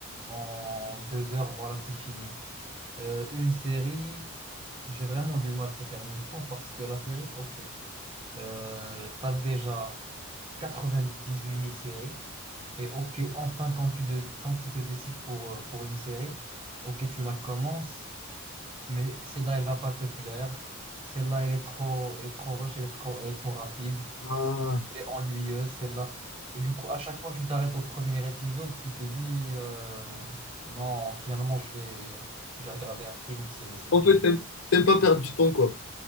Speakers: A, on the right; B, on the left.
A: en deux heures voilà c'est fini Euh, une série j'ai vraiment du mal ces derniers temps parce que la série ok euh, t'as déjà quatre-vingt-dix-huit mille séries et ok, enfin, quand tu, de- quand tu te décides pour, euh, pour une série, ok, tu la commences, mais celle-là, elle va pas te plaire. Celle-là, elle est trop, elle est trop rush, elle est trop, elle est trop rapide.
B: Ah.
A: Celle-là, Elle est ennuyeuse, celle-là. Et du coup, à chaque fois que tu t'arrêtes au premier épisode, tu te dis, euh, non, finalement, je vais, je vais regarder un film. C'est, c'est,
B: En
A: mieux.
B: fait, t'aimes t'aimes pas perdre du temps, quoi.